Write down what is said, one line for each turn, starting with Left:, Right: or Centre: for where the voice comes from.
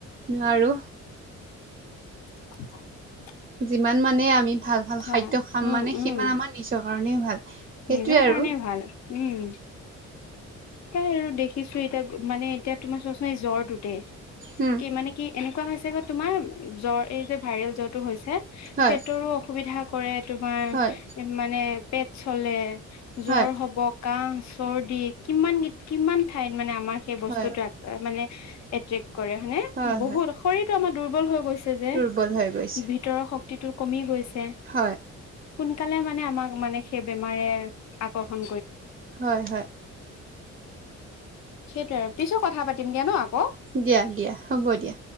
Right: নোৱাৰো
Left: <unintelligible>
Right: যিমান মানে আমি ভাল ভাল
Left: হয়
Right: খাদ্য খাম
Left: উম
Right: মানে
Left: উম
Right: সিমান আমাৰ নিজৰ কাৰণে ভাল সেইটোৱে
Left: নিজৰ
Right: আৰু
Left: কাৰণে ভাল উম <inaudible> সেই আৰু দেখিছো এতিয়া মানে এতিয়া তোমাৰ চোৱাচ ন এই জ্বৰটোতে
Right: উম,
Left: কি মানে কি এনেকুৱা হৈছে গ তোমাৰ জ্বৰ এই যে ভাইৰেল জ্বৰটো হৈছে
Right: হয়,
Left: পেটৰো অসুবিধা কৰে <inaudible> তোমাৰ
Right: হয়,
Left: মানে পেট চলে
Right: হয়,
Left: জ্বৰ হ'ব কাহ চৰ দি কিমান কিমান ঠাইত মানে আমাৰ সেই বস্তুত
Right: হয়,
Left: মানে এট্ৰেক্ কৰে মানে
Right: হয়,
Left: বহুত
Right: হয়,
Left: শৰীৰটো আমাৰ দুৰ্বল হৈ গৈছে যে
Right: দুৰ্বল হৈ গৈছে।
Left: ভিতৰৰ শক্তি টো কমি গৈছে
Right: হয়
Left: সোনকালে মানে আমাক মানে সেই বেমাৰে আকৰ্ষণ
Right: হয় হয়
Left: সেইটো আৰু পিছো কথা পাতিম দিয়া ন আকৌ
Right: দিয়া দিয়া হ'ব দিয়া